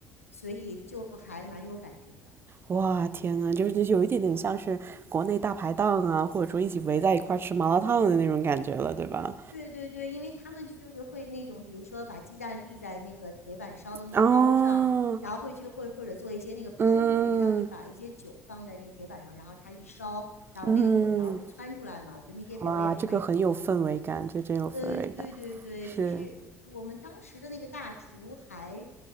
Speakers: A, on the left (about 85°); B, on the right (about 30°).
A: 所以就还蛮有感觉的。
B: 哇，天呐，就是有一点点像是国内大排档啊，或者说一起围在一块儿吃麻辣烫的那种感觉了，对吧？
A: 对对对，因为他们就是会那种，比如说把鸡蛋立在那个铁板烧的那个刀上，
B: 啊，
A: 然后会去会或者做一些那个喷火，
B: 嗯
A: 因为他会把一些酒放在那个铁板上，然后它一烧，然后那个火苗就窜出来嘛，
B: 嗯，
A: 就那些表演还挺
B: 哇，这个很有氛围感，这真有氛围感，
A: 呃，对对对，
B: 是，
A: 就是我我们当时的那个大厨还，